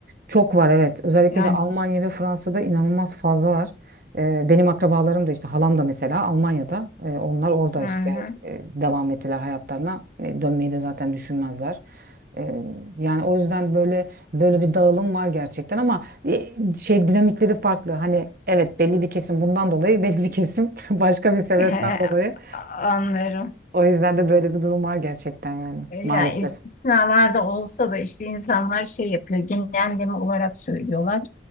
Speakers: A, on the right (about 50°); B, on the left (about 45°).
A: Çok var evet. Özellikle
B: Yani.
A: de Almanya ve Fransa'da inanılmaz fazla var. Ee, benim akrabalarım da işte halam da mesela Almanya'da. Ee, onlar orada
B: Hı
A: işte
B: hı.
A: e, devam ettiler hayatlarına. E, dönmeyi de zaten düşünmezler. Ee, yani o yüzden böyle böyle bir dağılım var gerçekten ama e, şey dinamikleri farklı. Hani evet belli bir kesim bundan dolayı <laughs> belli bir kesim <laughs> başka bir sebepten
B: <laughs>
A: dolayı.
B: He, anlıyorum.
A: O yüzden de böyle bir durum var gerçekten yani
B: E,
A: maalesef.
B: Yani istisnalarda olsa da işte insanlar şey yapıyor, genelleme olarak söylüyorlar.